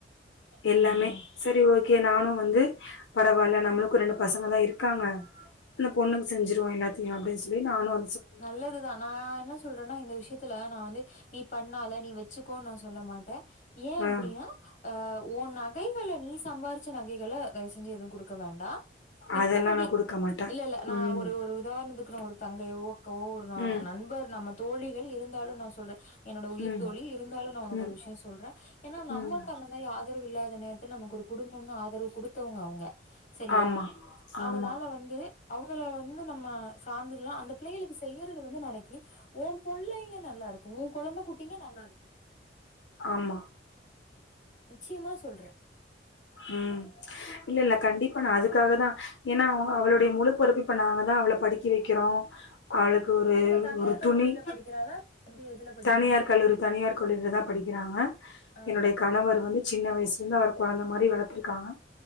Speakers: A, on the left; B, on the left.
A: எல்லாமே
B: ம் ம்
A: சரி ஒ கே நானு வந்து பரவால்ல நம்மளுக்கு ரெண்டு பசங்க தா இருக்காங்க அந்த பொண்ணுக்கு செஞ்சிருவோ எல்லாத்தையு அப்டினு சொல்லி நானு வ
B: நல்லது தா நா என்ன சொல்றன்னா இந்த விஷயத்துல நா வந்து நீ பண்ணாத நீ வச்சுக்கோனு நா சொல்ல மாட்ட ஏ அப்டின்னா
A: ஆ
B: அ ஓ நகைங்கள நீ சம்பாரிச்ச நகைகளை தயவு செஞ்சு எதுவு குடுக்க வேண்டா மித்தபடி
A: அதெல்லா நா குடுக்க மாட்டே
B: இல்ல இல்ல நா
A: ம்
B: ஒரு ஒரு உதாரணத்துக்கு ஒரு தங்கையோ உக்காவோ ஒரு
A: ம்
B: நண்பர் நம்ம தோழிகள் இருந்தாலு நா சொல்ற என்னோட உயிர்
A: ம்
B: தோழி இருந்தாலு நா உனக்கு
A: ம்
B: ஒரு விஷய சொல்ற ஏன்னா நமக்கு
A: ம்
B: அந்த மாரி ஆதரவு இல்லாத நேரத்துல நமக்கு ஒரு குடும்பம்னு ஆதரவு குடுத்தவங்க அவுங்க சரியா
A: ஆமா
B: அதனால
A: ஆமா
B: வந்து அவுங்கள வந்து நம்ம சார்ந்துர்லா அந்த பிள்ளைங்களுக்கு செய்யறது வந்து நாளைக்கு ஒ பொள்ளைங்க நல்லா இருக்கு ஒ கொழந்த குட்டிங்க நல்லா இருக்கு
A: ஆமா
B: நிச்சயமா சொல்ற
A: ம் இல்ல இல்ல கண்டிப் அதுக்காகதா ஏன்னா அவளுடைய முழுப்பொருப்பு இப்ப நாங்கதா அவள படுக்க வக்கிறோ அவளுக்கு ஒரு
B: எங்க தனியார்
A: ஒரு
B: கல்லூரியில
A: துணி
B: படிக்கிறாள <unintelligible> எதுல படிக்கிறா
A: தனியார் கல்லூரி தனியார் கல்லுரிலதா படிக்கிறாங்க
B: ஆ
A: என்னுடைய கணவர் வந்து சின்ன வயசுலந்து அவர் கொழந்த மாதிரி வளத்துருக்காங்க